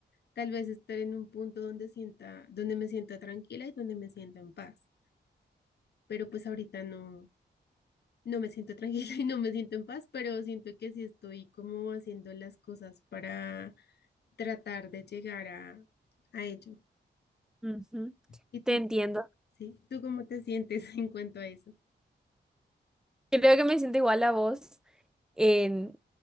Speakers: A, on the left (about 60°); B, in the centre.
A: tal vez estar en un punto donde sienta, donde me sienta tranquila y donde me sienta en paz, pero pues ahorita no. no me siento tranquila <laughs> y no me siento en paz, pero siento que sí estoy como haciendo las cosas para tratar de llegar a, a ello.
B: ujú,
A: ¿Y tú
B: Te entiendo.
A: cómo, sí, tú cómo te sientes <laughs> en cuanto a eso?
B: Creo que me siento igual a vos. En-